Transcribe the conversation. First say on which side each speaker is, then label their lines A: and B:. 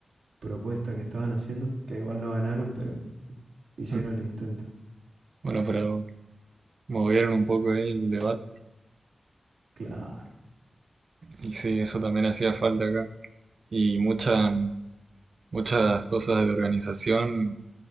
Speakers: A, on the right (about 80°); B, on the right (about 50°).
A: propuesta que estaban haciendo, que igual no ganaron, pero hicieron
B: <laughs>
A: el intento.
B: Bueno, pero movieron un poco ahí el debate
A: Claro.
B: y sí, eso también hacía falta acá y muchas Muchas cosas de organización